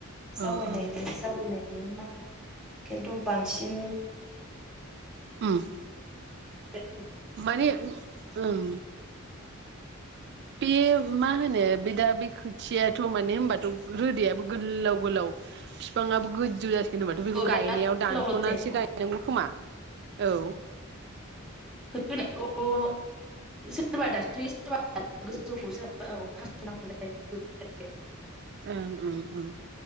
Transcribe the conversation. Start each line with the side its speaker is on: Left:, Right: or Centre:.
Centre: जावनायनि-जावायनायनि
Right: अ अ
Centre: माइआ खिन्थु बांसिन
Right: उम
Centre: <unintelligible>
Right: माने ओं बे मा होनो बे दा बे खोथियाथ' माने होनोमबाथ' रोदा गोललाव गोलाव ङाबो गोजौ जेनेबाथ'
Centre: बिराद
Right: बेखौ गायनायाव दानस'नानैसो
Centre: गोलाव गोलाव जायो
Right: गायनांगौ खोमा औ
Centre: <unintelligible> <unintelligible>
Right: ओं ओं